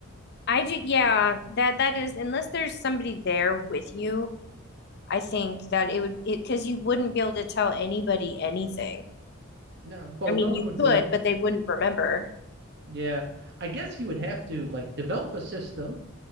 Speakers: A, on the left; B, on the right.
A: I do, yeah, that that is unless there's somebody there with you, I think that it would it because you wouldn't be able to tell anybody anything.
B: No, well,
A: I mean,
B: no one
A: you
B: would
A: could,
B: believe.
A: but they wouldn't remember.
B: Yeah, I guess you would have to like develop a system.